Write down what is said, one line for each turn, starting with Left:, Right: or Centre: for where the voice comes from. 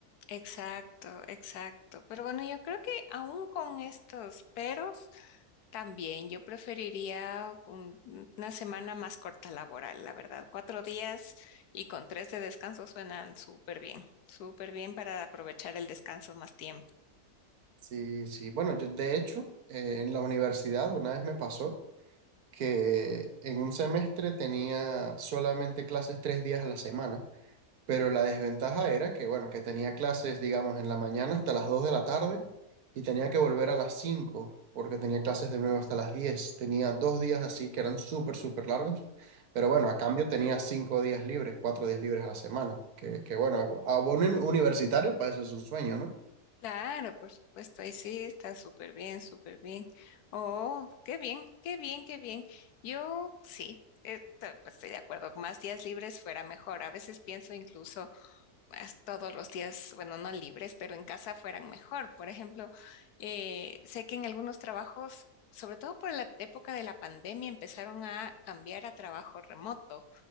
Left: Exacto, exacto. Pero bueno, yo creo que aún con estos peros, también yo preferiría un- una semana más corta laboral, la verdad. Cuatro días y con tres de descanso suenan súper bien, súper bien para aprovechar el descanso más tiempo.
Right: Sí, sí. Bueno, yo de hecho, eh, en la universidad una vez me pasó que en un semestre tenía solamente clases tres días a la semana. Pero la desventaja era que, bueno, que tenía clases, digamos, en la mañana hasta las 2 de la tarde y tenía que volver a las 5 porque tenía clases de nuevo hasta las diez Tenía dos días así que eran súper, súper largos. Pero bueno, a cambio tenía cinco días libres, cuatro días libres a la semana. Que, que bueno, abonen universitario para eso es un sueño, ¿no?
Left: Claro, por supuesto, ahí sí está súper bien, súper bien. Oh, qué bien, qué bien, qué bien. Yo sí, eh, to- pues, estoy de acuerdo, más días libres fuera mejor. A veces pienso incluso as- todos los días, bueno, no libres, pero en casa fueran mejor. Por ejemplo, eh, sé que en algunos trabajos, sobre todo por la época de la pandemia, empezaron a cambiar a trabajo remoto.